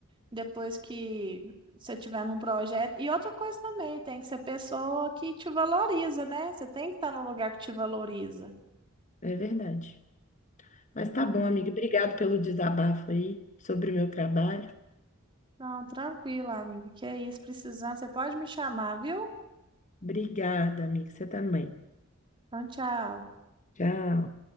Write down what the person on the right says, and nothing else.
depois que você tiver num projeto. E outra coisa também, tem que ser pessoa que te valoriza, né? Você tem que estar num lugar que te valoriza.
Ah,
não.
Não, tranquilo, amiga. Que é isso, precisando. Você pode me chamar, viu?
Então, tchau.